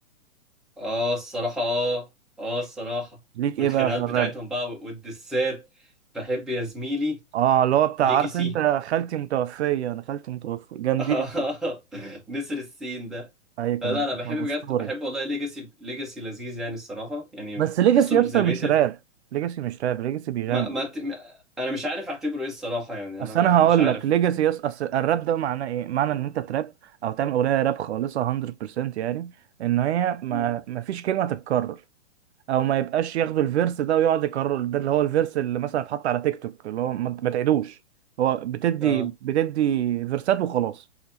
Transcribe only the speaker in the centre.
اه الصراحه اه اه الصراحه
والخناقات
بتاعتهم بقى والدسات بحب يا زميلي
ليجاسي
آه،
<laughs> نسر السين ده
آه، لا لا بحب
بجد
بحب والله ليجاسي ليجاسي لذيذ يعني الصراحة يعني
تحسه
مش
زي
بيتر
ما ما ت- ما- انا مش عارف اعتبره ايه الصراحة يعني
انا ما-
مش عارف
مم.
اه